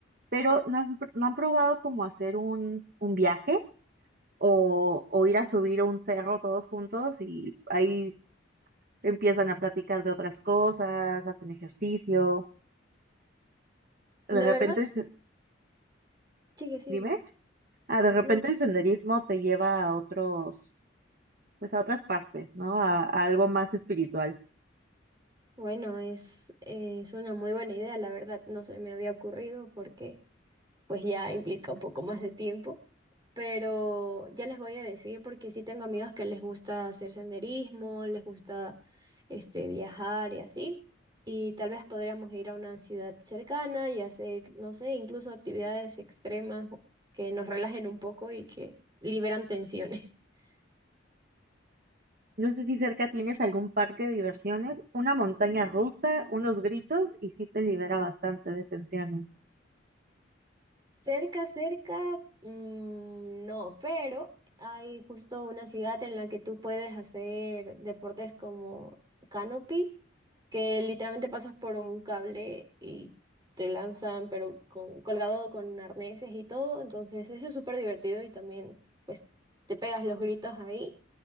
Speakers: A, on the right; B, on the right.
A: pero no han, pr- no han probado como hacer un, un viaje o, o ir a subir un cerro todos juntos y ahí empiezan a platicar de otras cosas, hacen ejercicio. De
B: La
A: repente,
B: verdad,
A: el se-
B: sí que sí,
A: dime,
B: n-
A: ah, de repente
B: no.
A: el senderismo te lleva a otros, pues a otras partes, ¿no? a a algo más espiritual.
B: Bueno, es, es una muy buena idea, la verdad, no se me había ocurrido porque pues ya implica un poco más de tiempo. pero ya les voy a decir porque sí tengo amigos que les gusta hacer senderismo, les gusta este viajar y así. Y tal vez podríamos ir a una ciudad cercana y hacer, no sé, incluso actividades extremas que nos relajen un poco y que liberan tensiones. <laughs>
A: No sé si cerca tienes algún parque de diversiones, una montaña rusa, unos gritos y sí te libera bastante de tensiones.
B: Cerca, cerca, mm, no, pero hay justo una ciudad en la que tú puedes hacer deportes como canopy, que literalmente pasas por un cable y te lanzan, pero con, colgado con arneses y todo. Entonces, eso es súper divertido y también, pues, te pegas los gritos ahí